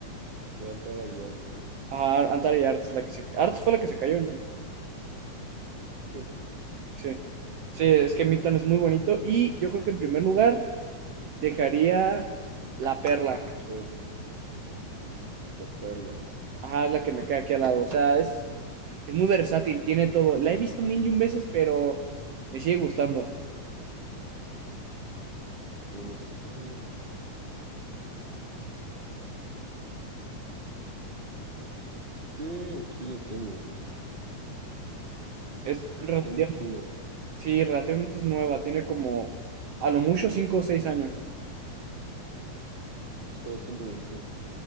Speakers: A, on the right; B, on the right.
A: Plantara Yards, ¿no?
B: ah, Antara y Arts, la que se, Arts fue la que se cayó, ¿no?
A: Sí,
B: Sí, sí, es que Midtown es muy bonito y yo creo que en primer lugar dejaría La Perla,
A: es la perla.
B: ajá, es la que me queda aquí al lado, o sea, es Es muy versátil, tiene todo. La he visto mil y un veces, pero me sigue gustando.
A: Vamos a ver. Ok, aquí la tengo.
B: Es
A: Ah,
B: relativamente,
A: está muy chula.
B: sí, relativamente es nueva, tiene como a lo mucho cinco o seis años.
A: Está bastante bonita.